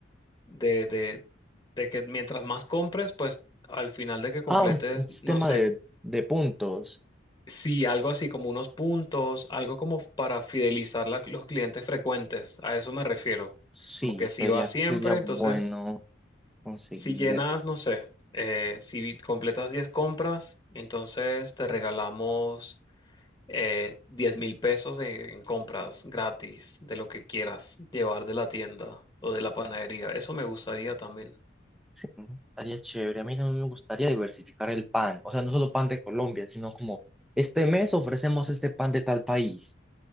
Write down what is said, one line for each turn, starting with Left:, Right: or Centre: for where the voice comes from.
Left: de, de, de que mientras más compres, pues al final de que completes,
Centre: Ah, un, un sistema
Left: no sé,
Centre: de, de puntos.
Left: sí, algo así como unos puntos, algo como para fidelizar la- los clientes frecuentes, a eso me refiero.
Centre: Sí,
Left: Como que
Centre: sería,
Left: si vas siempre,
Centre: sería bueno
Left: entonces
Centre: conseguir.
Left: si llenas, no sé, eh, si completas 10 compras, entonces te regalamos... Eh, 10 mil pesos en en compras gratis de lo que quieras llevar de la tienda o de la panadería. Eso me gustaría también.
Centre: Mm, Estaría chévere. A mí también me gustaría diversificar el pan. O sea, no solo pan de Colombia, sino como este mes ofrecemos este pan de tal país.